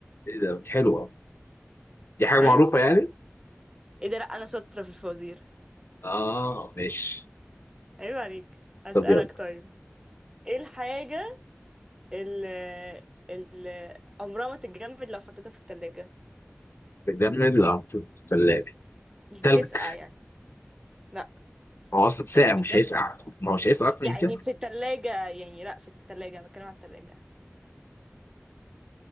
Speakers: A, on the left (about 55°); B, on the right (about 15°).
A: ايه ده حلوه دي حاجه معروفه
B: ايه
A: يعني
B: ايه ده لا انا شاطرة في الفوازير
A: اه ماشي
B: عيب عليك اسألك
A: طب يلا
B: طيب ايه الحاجة اللي اللي عمرها ما تتجمد لو حطيتها في التلاجة
A: بتجمد لو حطيت في الثلاجه
B: مش
A: تلج
B: بتسقع يعني لا
A: ما هو اصلا ساقع
B: التلج بيتجمد
A: مش هيسقع ما هو مش هيسقع اكتر
B: يعني
A: من كده
B: في التلاجة يعني لا في التلاجة انا بتكلم على التلاجة